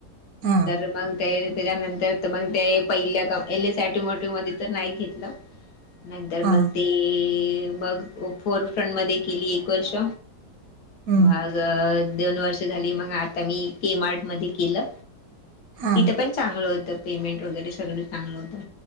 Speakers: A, on the right (about 70°); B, on the left (about 70°).
A: हा
B: तर मग ते त्याच्यानंतर मग ते पहिल्या एल एस ऑटोमोटिव्ह मध्ये तर नाही घेतलं.
A: <inaudible>
B: नंतर
A: हा
B: मग ते मग फोरफ्रंट मध्ये केली एक वर्ष
A: हम्म
B: मग दोन वर्ष झाली मग आता मी के मार्ट मध्ये केलं.
A: हा
B: तिथं पण चांगलं होतं पेमेंट वगैरे सगळं चांगलं होतं